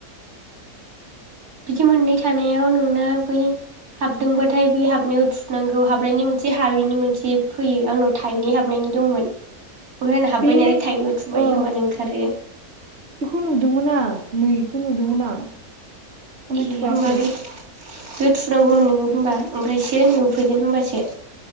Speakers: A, on the right (about 80°); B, on the right (about 45°).
A: बिदि मोननै थानायाव नोंना बै हाबदोंबाथाय बै हाबनायाव थुनांगौ हाबनायनि मोनसे हाबैनि मोनसे फैयो आंनाव थायनै हाबनायनि दंमोन। ओमफ्राय आंना हाब्बाय
B: बे
A: नालाय थाइनैयाव थुबाय
B: औ
A: होमबानो ओंखारो
B: बेखौ नुदोंमोन आं नै बेखौ नुदोंमोन आं ओमफ्राय
A: ए
B: थुवाखै
A: होमबालाय बेयाव थुनांगौमोन नोङो होनबा ओमफ्रायसो नुफैगोन होनबासो।